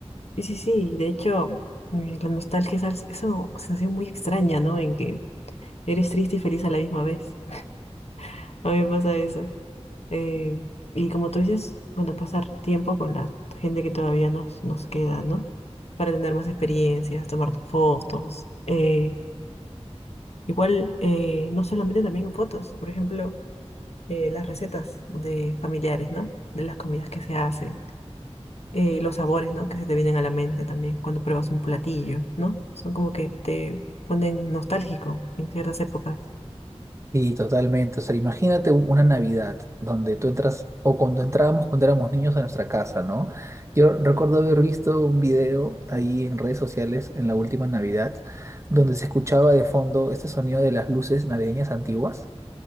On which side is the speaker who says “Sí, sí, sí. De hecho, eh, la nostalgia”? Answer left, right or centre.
Left